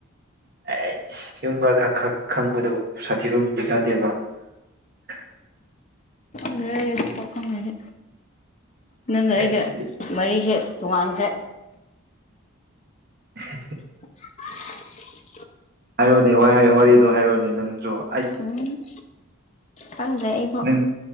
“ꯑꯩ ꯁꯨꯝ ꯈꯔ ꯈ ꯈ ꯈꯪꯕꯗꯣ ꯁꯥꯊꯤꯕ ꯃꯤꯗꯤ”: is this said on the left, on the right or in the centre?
Right